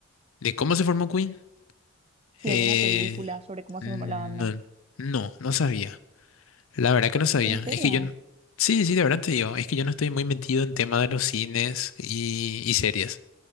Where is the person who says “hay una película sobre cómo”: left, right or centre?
Right